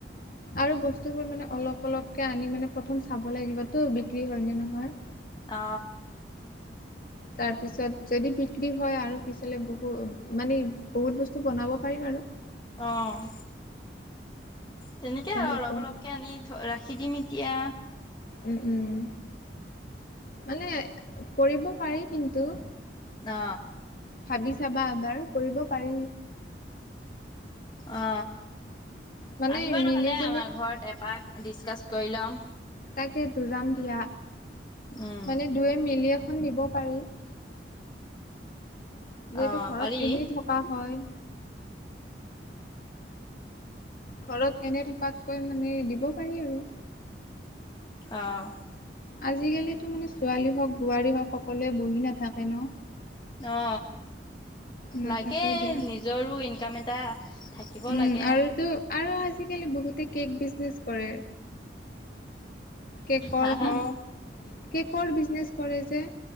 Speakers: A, on the left; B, on the left.
A: আৰু বস্তুবোৰ মানে অলপ অলপ তাকে আনি মানে প্ৰথম চাব লাগিবতো বিক্ৰী হয় নে নহয়
B: অ
A: তাৰপিছত যদি বিক্ৰী হয় আৰু পিছলৈ বহু মানে বহুত বস্তু বনাব পাৰিম আৰু
B: অ', তেনেকে
A: তেনেকুৱা
B: আৰু অলপ অলপকে আনি থ ৰাখ সি দিম এতিয়া
A: উম উম মানে কৰিব পাৰি কিন্তু
B: অ
A: ভাবি চাবা এবাৰ কৰিব পাৰি
B: অ
A: মানে
B: আহিবা
A: মিলি
B: নহলে
A: কিনে
B: আমাৰ ঘৰত এপাক ডিছকাছ কৰি ল'ম
A: তাকেটো যাম দিয়া
B: উম
A: মানে দুয়ে মিলিয়ে দিব পাৰি যিহেতু
B: অ
A: ঘৰত
B: পাৰি
A: এনেই থকা হয় ঘৰত এনে থকাতকৈ মানে দিব পাৰি আৰু
B: অ
A: আজিকালিতো মানে ছোৱালী হওক বোৱাৰী হওক সকলোৱে বহি নাথাকে ন
B: অ
A: নাথাকে
B: লাগে
A: দিয়া
B: নিজৰো ইনকাম এটা থাকিব
A: উম
B: লাগে।
A: আৰুতো আৰু আজিকালি বহুতে কেক বিজনেচ কৰে কেকৰ
B: হা হা
A: হওক কেকৰ বিজনেচ কৰে যে